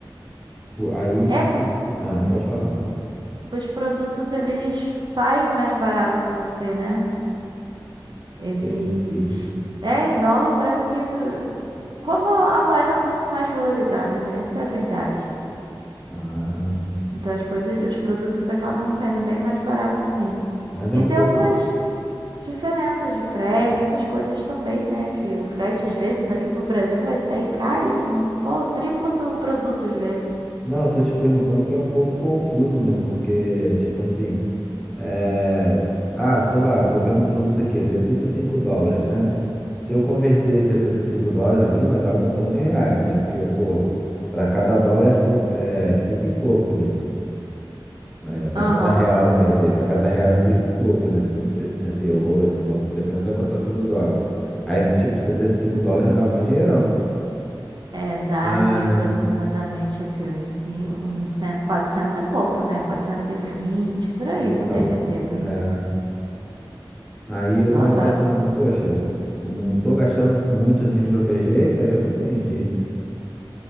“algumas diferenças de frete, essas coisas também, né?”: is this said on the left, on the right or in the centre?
Right